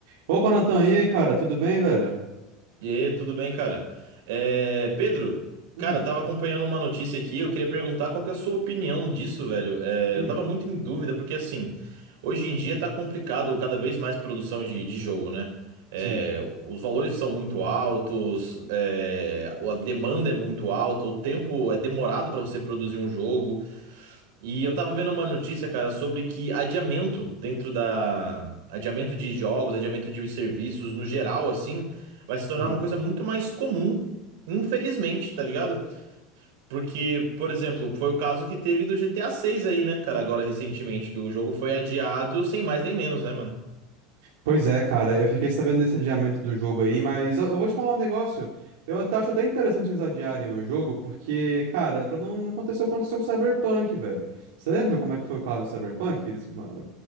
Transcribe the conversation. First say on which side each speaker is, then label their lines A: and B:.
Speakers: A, on the right (about 80°); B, on the right (about 75°).
A: Opa, Natan, e aí, cara, tudo bem, velho?
B: E aí, tudo bem, cara? É, Pedro,
A: Hum,
B: cara, eu tava acompanhando uma notícia aqui, eu queria perguntar qual que é a sua opinião disso, velho. É,
A: hum,
B: eu tava muito em dúvida, porque assim, hoje em dia tá complicado cada vez mais produção de, de jogo, né? É,
A: sim,
B: os valores são muito altos, é, a demanda é muito alta, o tempo é demorado pra você produzir um jogo. E eu tava vendo uma notícia, cara, sobre que adiamento dentro da. Adiamento de jogos, adiamento de serviços no geral, assim, vai se tornar
A: hum.
B: uma coisa muito mais comum, infelizmente, tá ligado? Porque, por exemplo, foi o caso que teve do GTA 6 aí, né, cara, agora recentemente, que o jogo foi adiado sem mais nem menos, né, mano?
A: Pois é, cara, eu fiquei sabendo desse adiamento do jogo aí, mas eu, eu vou te falar um negócio. Eu até acho até interessante eles adiarem o jogo, porque, cara, pra não, não acontecer o que aconteceu com o Cyberpunk, velho. Você lembra como é que foi o caso do Cyberpunk? Que eles ah,